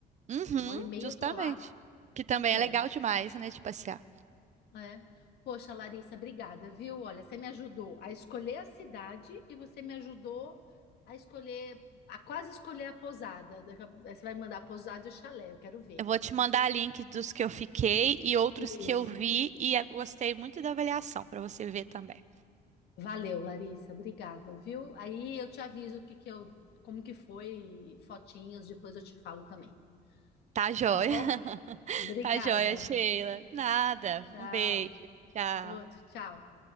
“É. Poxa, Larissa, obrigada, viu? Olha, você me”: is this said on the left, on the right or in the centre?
Left